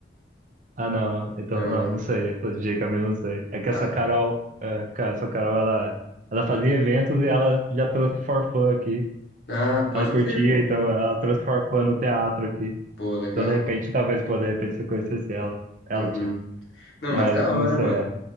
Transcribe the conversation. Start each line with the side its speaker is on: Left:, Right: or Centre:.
Right: ah, não. Então,
Left: Não,
Right: não,
Left: né?
Right: não sei. Essa D J. Camila, não sei. É que
Left: Tá.
Right: essa Carol, é, ca- essa Carol, ela, ela fazia eventos e ela já trouxe forfã aqui.
Left: Ah,
Right: Ela
Left: pode
Right: curtia,
Left: crer, pô.
Right: então ela trouxe forfã no teatro aqui.
Left: Pô, legal.
Right: Então, de repente, talvez, pô, de repente, se eu conhecesse ela, ela,
Left: Uhum.
Right: tipo,
Left: Não,
Right: mas
Left: mas da hora,
Right: não sei,
Left: mano.
Right: é,